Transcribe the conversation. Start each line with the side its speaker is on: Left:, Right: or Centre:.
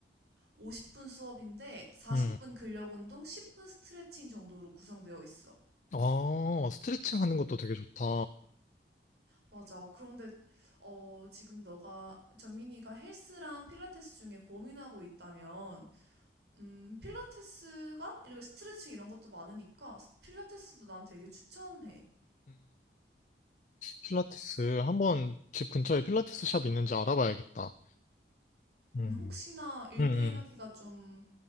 Right: 50분 수업인데 40분
Left: 음.
Right: 근력 운동, 10분 스트레칭 정도로 구성되어 있어.
Left: 아, 스트레칭 하는 것도 되게 좋다.
Right: 맞아. 그런데 어, 지금 너가 정민이가 헬스랑 필라테스 중에 고민하고 있다면 음, 필라테스가 이렇게 스트레칭 이런 것도 많으니까 필라테스도 난 되게 추천해.
Left: 음, 필라테스. 한번 집 근처에 필라테스 샵 있는지 알아봐야겠다. 응
Right: 음, 혹시나 1대1
Left: 음, 음,
Right: 하기가 좀,